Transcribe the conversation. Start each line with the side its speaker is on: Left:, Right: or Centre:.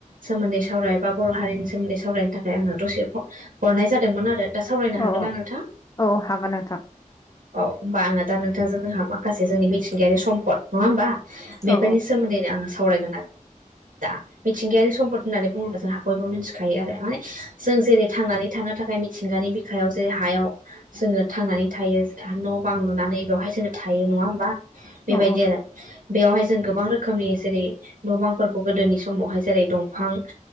Right: सोमोन्दैावराय बा बर' हारिनि सोमोन्दै सावरायनो थाखाय आङो रसि हरनाय जादोंमोन आरो दा सावरायनो
Left: औ
Right: हागोन
Left: औ
Right: ना नोंथां?
Left: औ हागोन नोंथां।
Right: औ होमबा आङो दा नोंथां जोंहा माखासे जोंनि मिथिंगायारि सम्पद नङा होमबा बेफोरनि
Left: औ
Right: सोमोन्दैनो आं सावरायगोन आरो दा मिथिंगायारि सम्पद होननानै बुङोब्ला जोंहा बयबो मिथिखायो आरो माने जों जेरै थांनानै थानो थाखाय मिथिंगानि बिखायाव जेरै हायाव जोङो थांनानै थायो न' बां लुनानै बेवहाय जोङो थायो नङा होमबा बेबायदि
Left: औ
Right: आरो बेवहाय जों गोबां रोखोमनि जेरै न' बांफोरखौ गोदोनि समावहाय जेरै दंफां